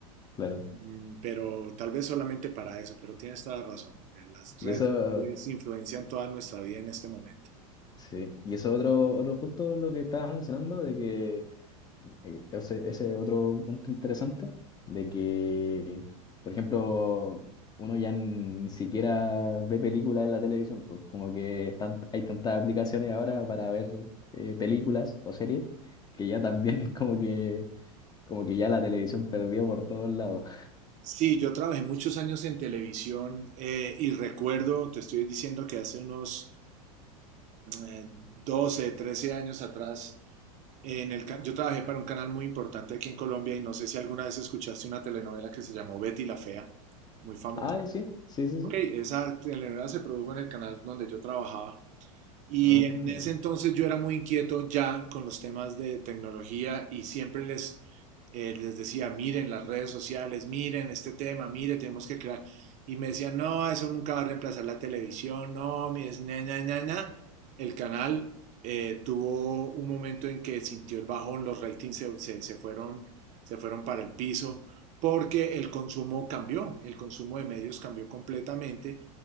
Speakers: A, on the left; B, on the right.
A: claro.
B: Mm, pero tal vez solamente para eso, pero tienes toda la razón. Eh, Las redes
A: Y eso,
B: sociales influencian toda nuestra vida en este momento.
A: sí. Y eso otro, otro justo lo que estaba mencionando, de que Eh, Ese, ese es otro punto interesante, de que, por ejemplo, uno ya ni siquiera ve películas en la televisión, pues como que están, hay tantas aplicaciones ahora para ver eh, películas o series, que ya también <laughs> como que, como que ya la televisión perdió por todos lados.
B: Sí, yo trabajé muchos años en televisión eh, y recuerdo, te estoy diciendo que hace unos... eh, 12, 13 años atrás, en el, yo trabajé para un canal muy importante aquí en Colombia y no sé si alguna vez escuchaste una telenovela que se llamó Betty la Fea, muy famosa.
A: Ah, ya sí, sí, sí,
B: Ok,
A: sí.
B: esa telenovela se produjo en el canal donde yo trabajaba. Y
A: Ah,
B: en ese
A: ya.
B: entonces yo era muy inquieto ya con los temas de tecnología y siempre les, eh, les decía, miren las redes sociales, miren este tema, mire, tenemos que crear. Y me decían, no, eso nunca va a reemplazar la televisión, no, mi es na, na, na, na". El canal eh, tuvo un momento en que sintió el bajón, los ratings se, se- se fueron, se fueron para el piso porque el consumo cambió, el consumo de medios cambió completamente